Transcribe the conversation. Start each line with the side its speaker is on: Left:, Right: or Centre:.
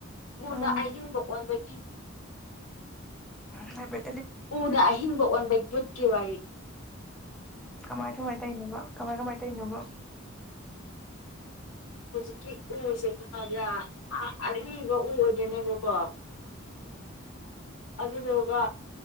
Left: ꯃꯨꯅ
Centre: ꯎꯝꯝ
Left: ꯑꯍꯤꯡꯕ ꯑꯣꯟꯕꯒꯤ ꯎ
Centre: ꯎꯦ
Left: ꯎꯅ ꯑꯍꯤꯡꯕ ꯑꯣꯟꯕꯩ ꯆꯊ ꯋꯥꯏ
Centre: ꯀꯃꯥꯏ ꯀꯃꯥꯏꯅ ꯇꯅꯦꯕ ꯀꯃꯥꯏ ꯀꯃꯥꯏ ꯇꯧꯅꯣꯕꯣ
Left: ꯍꯧꯖꯤꯛꯀꯤ ꯎꯁꯦ ꯃꯥꯕ ꯑꯔꯤꯕ ꯎꯔꯗꯣꯏꯅꯦꯕꯀꯣ
Centre: ꯎꯝ
Left: ꯑꯗꯨꯗꯨꯒ